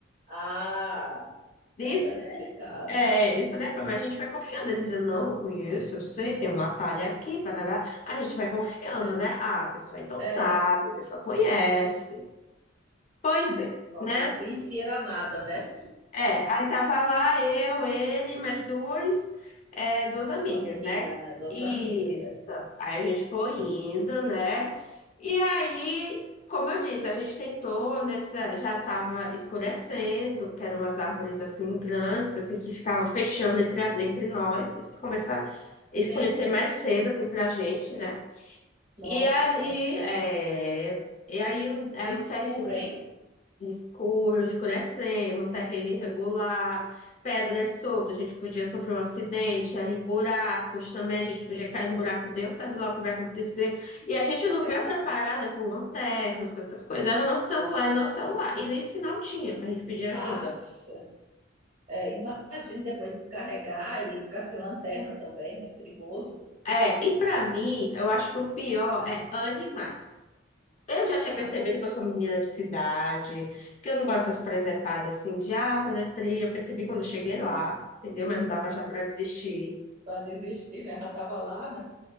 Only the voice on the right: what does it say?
Ah,
então tá explicado.
Sim.
É.
Só
que não conhecia era nada, né?
Duas meninas,
né? Duas
amigas, é.
Sim.
Nossa,
o escuro,
hein?
Verdade.
Aff, é, imagina depois descarregar e ficar sem lanterna também, né? Perigoso.
Ah,
para desistir, né? Já estava lá, né?